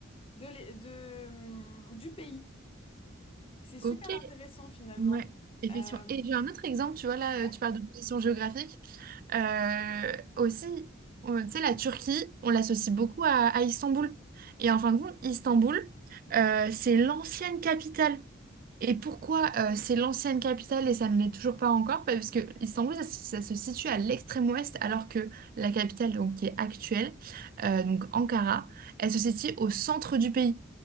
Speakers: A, on the left; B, on the right.
A: de, l'é- de, hum, du pays. C'est super
B: Ok.
A: intéressant finalement.
B: Ouais, effectivement.
A: Euh,
B: Et j'ai un autre exemple, tu vois, là,
A: ouais.
B: euh, tu parles de position géographique. Euh, aussi, on- tu sais, la Turquie, on l'associe beaucoup à, à Istanbul. Et en fin de compte, Istanbul, euh, c'est l'ancienne capitale. Et pourquoi euh, c'est l'ancienne capitale et ça ne l'est toujours pas encore? Bah, parce que Istanbul, ça, se ça se situe à l'extrême ouest, alors que la capitale, donc, qui est actuelle, euh, donc Ankara, elle se situe au centre du pays.